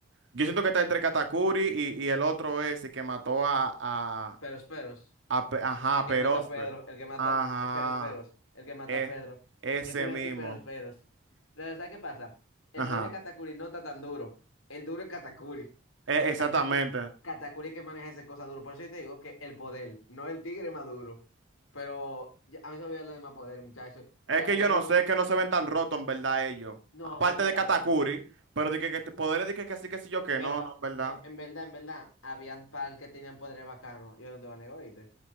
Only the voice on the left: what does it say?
Peros Peros.
El
que
mata a Pedro. El que mata
a Peros Peros. El que mata
a Pedro.
Yo te iba
a decir Peros Peros. Pero ¿sabes qué pasa? El
poder de Katakuri no está tan duro. El duro es Katakuri.
Kataku- Katakuri que maneja esa cosa duro. Por eso yo te digo que el poder, no el tigre más duro. Pero ya- a mí se me olvidó lo demás poder, muchachos.
Pero
había
uno.
No,
no
tanto.
Pero
e- en verdad, en verdad, habían pal que tenían poderes bacanos. Yo no te voy a negar, ¿oíste?